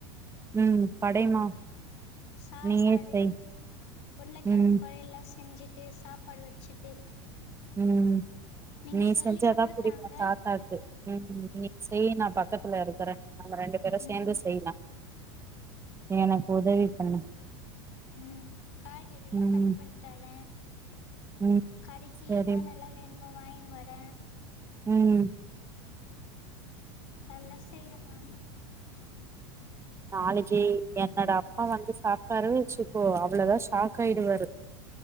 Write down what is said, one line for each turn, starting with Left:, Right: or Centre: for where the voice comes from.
Right: உம் படைமா
Left: சாம்பாரு
Right: நீயே செய்
Left: உருளக்கிழங்கு
Right: ம்
Left: பொரியலா செஞ்சுட்டு சாப்பாடு வச்சுட்டு
Right: உம்
Left: நீங்க
Right: நீ
Left: சொல்லி
Right: செஞ்சாதா
Left: மட்டு
Right: புடிக்கு
Left: தாங்க
Right: தாத்தாக்கு உம் நீ செய் நா பக்கத்ல இருக்குரே நாம ரெண்டு பேரு
Left: ம்
Right: சேர்ந்து செய்யலா நீ எனக்கு உதவி பண்ணு
Left: உம் காய்கறிலா
Right: ம்
Left: கட் பண்ணி தரே
Right: ம்
Left: கடைக்குனா
Right: சரிம்மா
Left: என்னலா வேணுமோ வாயினு வரே
Right: உம்
Left: அதல்லா செய்றமா
Right: நாளைக்கு என்னோட அப்பா வந்து சாப்ட்டாருனு வெச்சுக்கோ அவ்ளோதா ஷாக் ஆயிடுவாரு